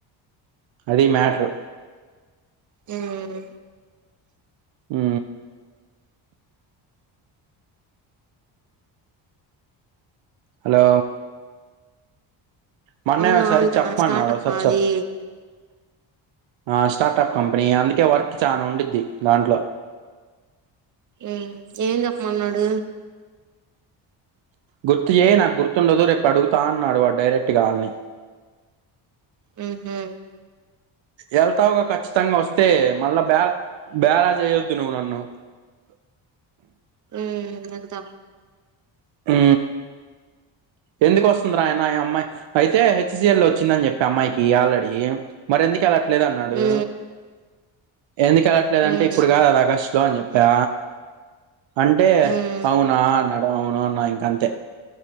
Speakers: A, on the right (about 70°); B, on the right (about 40°).
A: అదీ మ్యాటరు.
B: హ్
A: హు హలో మా అన్నయ్య
B: అవునా
A: ఒకసారి
B: అవునంటనా
A: చెప్పమన్నాడు
B: స్టార్టప్
A: ఒకసారి
B: ఆ అది.
A: చెప్ ఆ స్టార్టప్ కంపెనీ అందుకే వర్క్ చానా ఉండిద్ది దాంట్లో.
B: ఏ ఏం చెప్పమన్నాడు.
A: గుర్తు చేయి నాకు గుర్తుండదు. రేపు అడుగుతా అన్నాడు వాడు డైరెక్ట్గా ఆళ్ని.
B: ఉహూ
A: ఎల్ వత్తావుగా ఖచ్చితంగా వస్తే మళ్ళా బ్యాక్ బేలా చేయొద్దు నువ్వు నన్ను.
B: ఉ వెళ్తా.
A: ఉ ఎందుకు వస్తుందిరా అయిన ఈ అమ్మాయి. అయితే హెచ్సీయల్లో వచ్చిందని చెప్పా అమ్మాయికి ఆల్రెడీ. మరి ఎందుకు ఎల్లా లేదన్నాడు.
B: ఉ
A: ఎందుకు ఎళ్ళట్లేదంటే
B: ఉ
A: ఇప్పుడు కాదు అది ఆగస్ట్ జాయిన్ అని చెప్పా అంటే
B: హ్మ్
A: అవునా అన్నాడు. అవు ను అన్నా ఇంకాంతే.